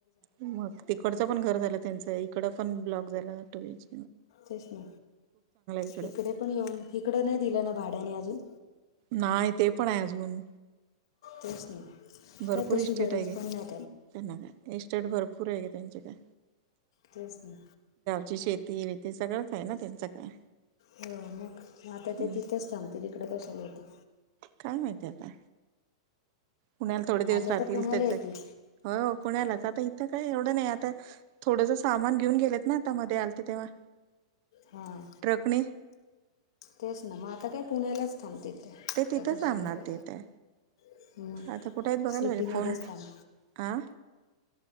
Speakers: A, on the right; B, on the left.
A: मग तिकडचं पण घर झालं त्यांच इकड पण ब्लॉक झाला, टू एज
B: तेच ना
A: इकडं
B: हिकडे पण येऊन, हिकडं नाही दिलं ना भाड्याने अजून?
A: नाय ते पण हाय अजून
B: तेच ना
A: भरपूर
B: काय तशी
A: इस्टेट
B: गरज
A: हाय घे.
B: पण नाही
A: त्यांना काय इस्टेट भरप पुरे हाय घे त्यांचं काय
B: तेच ना.
A: ची शेती वेती सगळंच हाय ना, त्यांचं काय.
B: हो मग म आता
A: हम्म
B: ते तिथंच थांबतील इकडे कशाला येतील.
A: काय माहिती आता पुण्याला थोडे दिवस
B: आल्या
A: राहतील,
B: तर पुण्याला
A: त्याच
B: येतील
A: एक हो. पुण्यालाच आता इथं काय एवढं नाही आता थोडंस सामान घेऊन गेलेत ना, आता मध्ये आलते तेव्हा.
B: हां
A: ट्रकणे.
B: तेच ना, म आता काय पुण्याल्याच थांबतील. त्या
A: ते तिथं
B: त्या कशाला
A: थांबणार
B: इकडं
A: तेथे
B: थांब
A: आता कुठाय हाईत बघायला
B: सिटीमध्येच
A: पाहिजे, फोन
B: थांब
A: आ